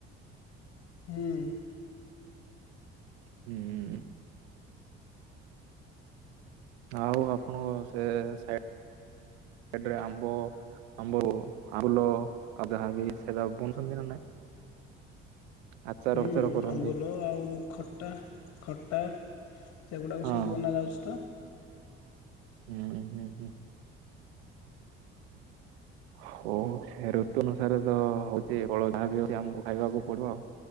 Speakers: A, on the left; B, on the right.
A: ହୁଁ
B: ହୁଁ ଆଉ ଆପଣଙ୍କ ସେ ସା କେତେବେଳେ ଆମ୍ବ ଆମ୍ବ ଆମ୍ବୁଲ ଆଉ ଯାହାବି ସେଟା ବନଛନ୍ତି ନା ନାଇଁ। ଆଚାର
A: ହୁଁ
B: ଫାଚାର କରନ୍ତି।
A: ଆମ୍ବୁଲ ଆଉ ଖଟା ଖଟା। ସେଗୁଡାକୁ
B: ହଁ
A: ସବୁ ବନା ଯାଉଛି ତ।
B: ହୁଁ ହୁଁ ହୁଁ। ହଉ ସେ ଋତୁ ଅନୁସାରେ ତ ହଉଛି ଅଳଦା ବି ହଉଛି ଆମକୁ ଖାଇବାକୁ ପଡିବ ଆଉ।